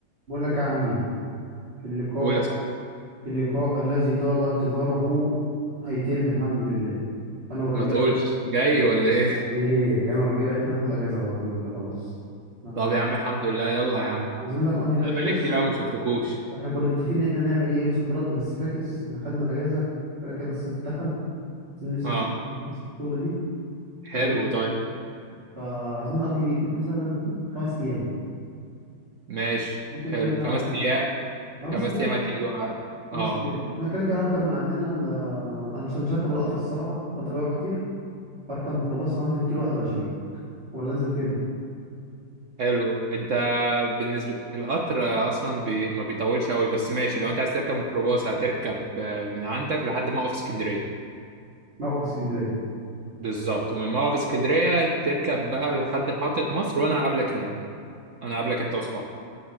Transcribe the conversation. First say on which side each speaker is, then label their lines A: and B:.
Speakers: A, on the right; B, on the right.
A: بقول لك يا عمي اللقاء
B: قول يا صاحبي
A: اللقاء الذي طال انتظاره هيتم الحمد لله انا والرجاله
B: ما تقولش جاي ولا ايه <laughs>
A: ايه انا والرجاله عرفنا ناخد اجازه اهو الحمد لله خلاص عن-
B: طب يا عم الحمد لله يلا يا عم
A: عايزين بقى نقضي بقى
B: انا
A: ايه
B: بقالي
A: بص
B: كتير قوي ما شفتكوش
A: احنا كنا متفقين ان احنا نعمل ايه يوم صد رد بس فاكس احنا خدنا الاجازه كده كده الصيف دخل عايزين نفصل
B: اه
A: شويه من قصة الشغل دي
B: حلو
A: فايه
B: طيب
A: فعايزين نقضي مثلا خمس ايام
B: ماشي
A: ممكن
B: حلو
A: كده كده
B: خمس
A: هر-
B: ايام
A: خمس
B: خمس
A: ايام
B: ايام
A: اه
B: هتيجي بقى.
A: خمس
B: اه
A: ايام انا كده كده هركب من عندنا ال- انا مش مش هركب القطر الصراحه القطر بيقعد كتير هركب ميكروباص وانزل كيلو 21 ولا انزل فين
B: حلو انت بالنسبه القطر آه، اصلا بي... ما بيطولش قوي بس ماشي لو انت عايز تركب ميكروباص هتركب آه، من عندك لحد موقف اسكندريه
A: موقف اسكندريه
B: بالظبط ومن موقف اسكندريه تركب بقى لحد محطه مصر وانا هقابلك هناك انا هقابلك انت واصحابك